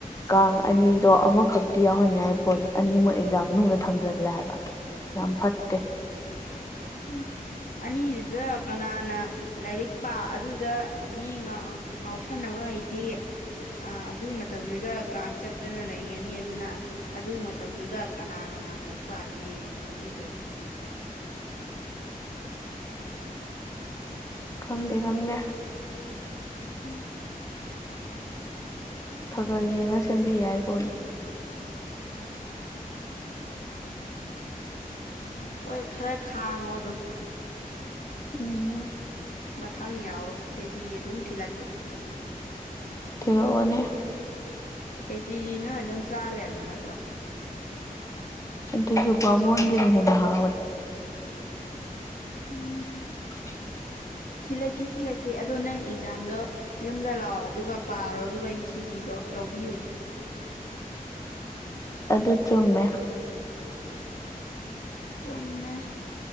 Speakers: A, on the left (about 20°); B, on the left (about 65°).
A: ꯀꯥꯡ ꯑꯅꯤꯗꯣ ꯑꯃꯈꯛꯇꯤ ꯌꯥꯎꯍꯟꯌꯥꯏ ꯄꯣꯠꯅꯤ ꯑꯅꯤꯃꯨꯛ ꯑꯦꯛꯖꯥꯝ ꯃꯅꯨꯡꯗ ꯊꯝꯖꯤꯜꯂꯦ ꯍꯥꯏꯕ ꯌꯥꯝ ꯐꯠꯇꯦ
B: ꯎꯝ ꯑꯅꯤꯗꯨꯗ ꯀꯅꯥꯅ ꯂꯥꯏꯔꯤꯛ ꯄꯥ ꯑꯗꯨꯗ ꯃꯤ ꯉꯥꯎ ꯉꯥꯎꯁꯟꯅꯕꯉꯩꯗꯤ ꯑꯥ ꯑꯗꯨꯒꯤ ꯃꯇꯝꯗꯨꯗ ꯀꯥꯡ ꯆꯠꯇꯅ ꯂꯩꯒꯅꯤ ꯑꯗꯨꯅ ꯑꯗꯨ ꯃꯇꯝꯗꯨꯗ ꯀꯅꯥ ꯀꯅꯥ ꯂꯥꯏꯔꯤꯛ ꯄꯥꯒꯦ ꯌꯦꯡꯊꯣꯛꯇꯣꯏ ꯇꯣꯏꯅꯤ
A: ꯈꯪꯗꯦ ꯈꯪꯗꯦ
B: ꯎꯝ
A: ꯈꯒ ꯌꯦꯡꯉ ꯁꯦꯝꯕꯤ ꯌꯥꯏꯄꫭꯠꯅꯤ
B: ꯍꯣꯏ ꯈꯔ ꯈꯥꯡꯉꯣ ꯑꯗꯨꯝ
A: ꯎꯝ
B: ꯃꯊꯪ ꯌꯥꯎꯔꯣ ꯈꯦꯆꯤ ꯑꯗꯨꯝ ꯊꯤꯜꯂꯛꯀꯦ
A: ꯊꯤꯜ ꯂꯛꯑꫭꯅꯦ
B: ꯈꯦꯆꯤꯗꯤ ꯅꯣꯏ ꯑꯗꯨꯝ ꯆꯥ ꯂꯩꯔꯕ ꯅꯠꯇ꯭ꯔꯣ
A: ꯑꯗꯨꯖꯨ ꯕꯥꯃꯣꯟꯒꯤꯅ ꯍꯦꯟꯅ ꯍꯥꯎꯋꯦ
B: ꯎꯝ
A: <unintelligible>
B: ꯊꯤꯜꯂꯛꯀꯦ ꯊꯤꯜꯂꯛꯀꯦ ꯑꯗꯣ ꯅꯪ ꯑꯦꯛꯖꯥꯝꯗꯣ ꯌꯨꯝꯗ ꯂꯥꯛꯑꯣ ꯑꯗꯨꯒ ꯄꯥꯔꯣ ꯑꯗꯨꯒ ꯑꯩ ꯈꯦꯖꯤꯗꯣ ꯂꯧꯕꯤꯌꯨ
A: ꯑꯗꯨ ꯆꯨꯝꯃꯦ
B: ꯆꯨꯝꯃꯦ